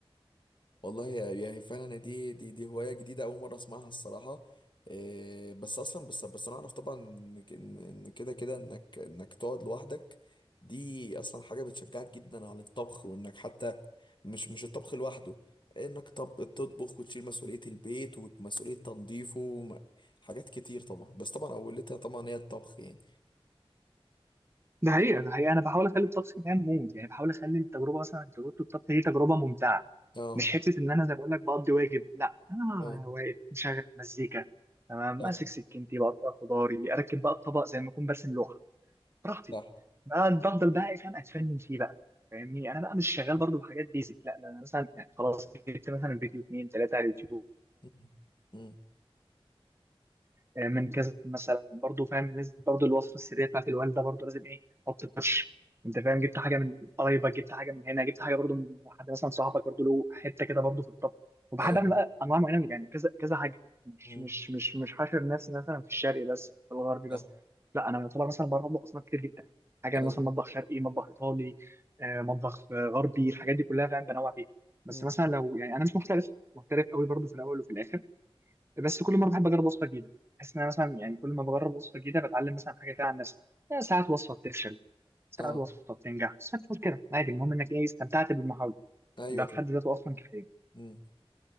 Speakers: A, on the left; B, on the right.
A: والله يعني فعلا دي دي دي هوايه جديده اول مره اسمعها الصراحه إيه بس اصلا بس بس انا اعرف طبعا ان ك- ان إن كده كده انك انك تقعد لوحدك دي اصلا حاجه بتشجعك جدا على الطبخ وانك حتى مش مش الطبخ لوحده انك طب تطبخ وتشيل مسؤوليه البيت ومسؤوليه تنظيفه وم- حاجات كتير طبعا بس طبعا اولتها طبعا هي الطبخ يعني
B: ده حقيقه ده حقيقه انا بحاول اخلي الطبخ كمان مود يعني بحاول اخلي التجربه مثلا تجربه الطبخ دي تجربه ممتعه
A: اه
B: مش حته ان انا زي ما بقول لك بقضي واجب لا انا
A: اه
B: واقف مشغل مزيكا تمام ماسك
A: صح
B: سكينتي بقطع خضاري اركب بقى الطبق زي ما اكون برسم لوحه براحتي
A: صح
B: بقى بفضل بقى فاهم اتفنن فيه بقى فاهمني انا بقى مش شغال برضو بحاجات بيزك لا ده انا مثلا يعني خلاص جبت مثلا فيديو اتنين تلاته على اليوتيوب
A: م- م-
B: من كذا مثلا برضو فاهم لازم برضو الوصفه السريه بتاعت الوالده برضو لازم ايه حط التاتش انت فاهم جبت حاجه من قرايبك جبت حاجه من هنا جبت حاجه برضو من حد مثلا صاحبك برضو له حته كده برضو في الطبخ وبحب
A: ايوه
B: اعمل بقى انواع معينه من- يعني كذا كذا حاجه مش
A: م-
B: مش مش مش حاشر نفسي مثلا في الشرقي بس في الغربي
A: صح
B: بس لا انا يعتبر مثلا بعرف اطبخ اصناف كتير جدا حاجه
A: ايوه
B: مثلا مطبخ شرقي مطبخ ايطالي آه، مطبخ آه، غربي الحاجات دي كلها فاهم بنوع فيها بس
A: م-
B: مثلا لو يعني انا مش محترف محترف قوي برضو في الاول وفي الاخر بس كل مره بحب اجرب وصفه جديده بحس ان انا مثلا يعني كل ما بجرب وصفه جديده بتعلم مثلا حاجه كده عن نفسي يعني ساعات وصفه بتفشل ساعات
A: اه
B: وصفه بتنجح ساعات بتفوت كده عادي المهم انك ايه استمتعت بالمحاوله
A: ايوه
B: ده بحد
A: طبعا
B: ذاته اصلا كفايه
A: امم